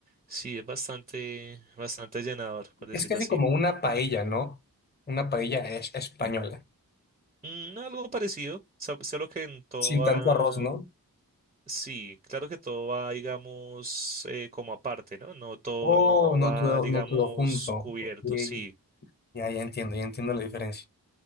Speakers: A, on the right; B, on the left.
A: Sí, es bastante, bastante llenador, por decirlo
B: Es casi
A: así.
B: como una paella, ¿no? Una paella es- española.
A: Mm, algo parecido, so- solo que en todo
B: Sin
A: va,
B: tanto arroz, ¿no?
A: sí, claro que todo va, digamos, eh, como aparte, ¿no? No todo,
B: Oh,
A: no
B: no
A: va,
B: todo,
A: digamos,
B: no todo junto.
A: cubierto,
B: Ok. Sí.
A: sí,
B: Ya, ya entiendo, ya entiendo la diferencia.